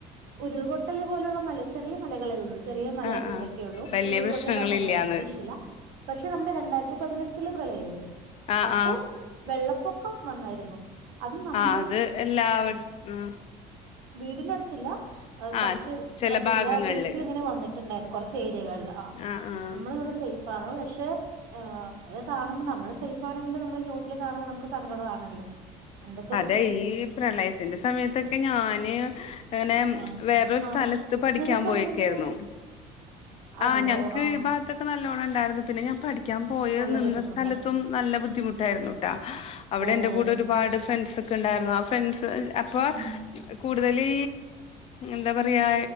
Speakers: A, on the right; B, on the left.
A: ഉരുൾപൊ ട്ടല് പോലുള്ള മല ചെറിയ മലകളെ ഉള്ളൂ ചെറിയ മല
B: ആഹ്
A: കുന്നൊക്കെ
B: ആഹ്
A: ഉള്ളു
B: വലിയ
A: ഉരുൾപൊട്ടല്
B: പ്രശ്നങ്ങളില്ലാന്ന്
A: അങ്ങനെയൊന്നും ഇ ഇഷൂല്ല പഷേ നമ്മുടെ രണ്ടായിരത്തി പതിനെ ട്ടിലെ പ്രളയം
B: ആഹ്
A: അപ്പൊ
B: ആഹ്
A: വെള്ളപ്പൊക്കം വന്നായിരുന്നു അതും നമ്മ
B: ആഹ് അത് എല്ലാവ ഉം
A: വീടിന്റെടുത്ത്ല്ല ആ കുറച്ച്
B: ആഹ് ചെല
A: ജില്ലാ
B: ഭാഗങ്ങളില്
A: ബേസില് ങ്ങനെ വന്നി ട്ടുണ്ടായിരുന്നു കുറച്ചേ രിയകളില് ആ
B: ആഹ് ആഹ്
A: നമ്മള് ഇവിടെ സേ ഫാണ് പഷേ എ ത് കാണുമ്പ നമ്മള് സേഫ് ആണെങ്കിലും നമ്മള് ന്യൂസില് കാണുമ്പോ നമുക്ക് സങ്കടം ആണല്ലോ എന്തൊ
B: അതെ ഈ പ്രളയത്തിന്റെ സമയത്തൊക്കെ ഞാന് ഇങ്ങനെ ച്ച്
A: ആഹ്
B: വേറൊരു സ്ഥലത്ത്
A: ആഹ്
B: പഠിക്കാൻ
A: നിങ്ങൾക്ക്
B: പോയക്കായിരുന്നു
A: എന്തെങ്കിലും അതെയോ
B: ആ ഞങ്ങക്ക്
A: ആഹ്
B: ഈ ഭാഗത്തൊക്കെ നല്ലോണം ഇ ണ്ടായിരുന്നു പിന്നെ ഞാൻ പഠിക്ക ക്കാൻ പോയ
A: നല്ല
B: നിന്ന
A: ബുദ്ധിമുട്ടായി
B: സ്ഥലത്തും നല്ല ബുദ്ധിമുട്ടായിരുന്നു ട്ടാ അവിടെ
A: ഓഹ്
B: എന്റെ കൂടെ ഒരുപാട് ഫ്രൻ ക്കെ ഇണ്ടാരുന്നൊ ആ ഫ്രണ്ട്സ് <unintelligible> അപ്പൊ
A: ഉം
B: കൂടുതലീ എന്താ പറയാ